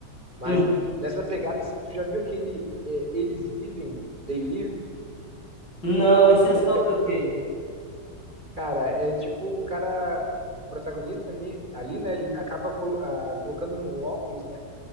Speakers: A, on the right; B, on the left.
A: Mas
B: Hum.
A: nessa pegada, tu já viu aquele é, Eles Vivem, They Live,
B: Não, esse
A: de 80?
B: é sobre o quê?
A: Cara, é tipo o cara, o protagonista ali, ali né? Ele acaba colo- ah, colocando um óculos, né?